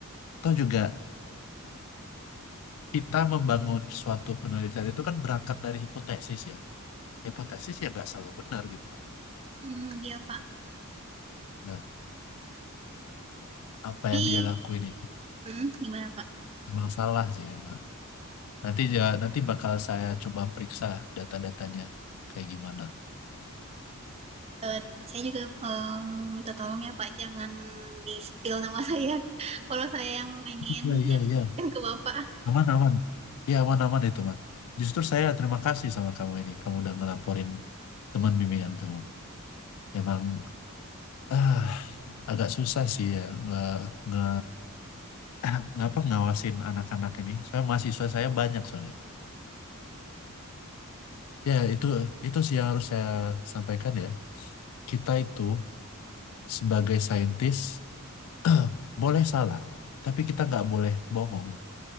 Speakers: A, on the left; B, on the right.
A: Atau juga kita membangun suatu penelitian itu kan berangkat dari hipotesis ya. Hipotesis ya nggak selalu benar gitu lah.
B: mm, iya pak
A: Nah, apa
B: jadi
A: yang dia lakuin ini
B: mm, gimana pak
A: emang salah sih emang. Nanti ya, nanti bakal saya coba periksa data-datanya kayak gimana.
B: Eh, saya juga em, minta tolong ya pak jangan di spill nama saya <laughs> kalau saya yang ingin
A: Iya, iya, iya.
B: yang ke bapak
A: Aman, aman. Iya, aman, aman itu mah. Justru saya terima kasih sama kamu ini. Kamu udah ngelaporin teman bimbingan kamu. Emang ah, agak susah sih ya nge, nge <clears throat> ngapa ngawasin anak-anak ini? Saya mahasiswa saya banyak soalnya. Ya itu itu sih yang harus saya sampaikan ya. Kita itu sebagai saintis <clears throat> boleh salah, tapi kita nggak boleh bohong.